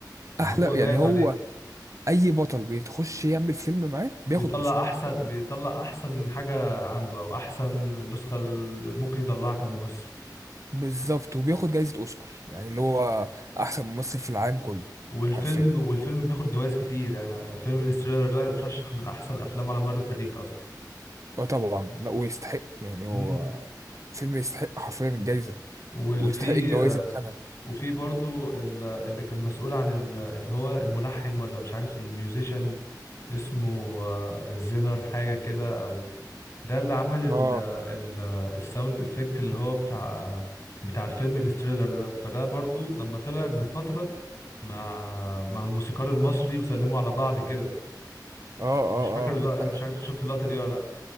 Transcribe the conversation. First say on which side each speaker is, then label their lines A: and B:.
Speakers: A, on the left; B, on the right.
A: ما
B: احلى
A: هو باين
B: يعني هو
A: عليه
B: اي بطل بيتخش يعمل فيلم معاه بياخد
A: بيطلع
B: اوسكار
A: احسن بيطلع احسن حاجه عنده او احسن النسخه اللي ممكن يطلعها كممثل
B: بالظبط وبياخد جايزة اوسكار يعني اللي هو احسن ممثل في العالم كله
A: والفيلم
B: حرفيا
A: والفيلم بياخد جوائز كتير يعني فيلم انستيلر ده اترشح من احسن افلام على مر التاريخ اصلا
B: اه طبعا لا ويستحق يعني هو
A: امم
B: فيلم يستحق حرفيا الجايزه
A: والفي
B: ويستحق الجوائز اللي خدها
A: وفي برضو ال- اللي كان مسؤول عن ال- اللي هو الملحن ولا مش عارف الميوزيشن اسمه آه، زينر حاجه كده او ده اللي عمل ال
B: اه
A: ال الساوند افكت اللي هو بتاع بتاع الفيلم انستيلر ده فده برضو لما طلع من فتره مع مع الموسيقار المصري وسلموا على بعض كده
B: اه اه
A: مش فاكر اللقطة
B: اه لا، انا
A: مش عارف إنت شفت اللقطة دي ولا لا